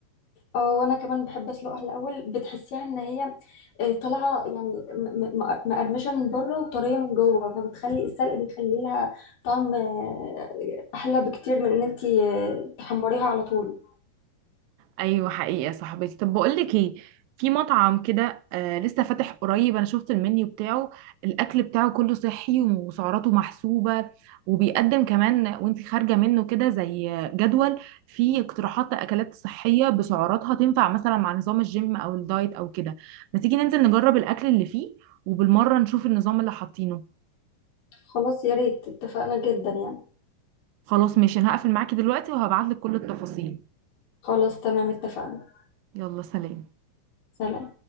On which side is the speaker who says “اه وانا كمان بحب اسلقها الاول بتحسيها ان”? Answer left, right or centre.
Left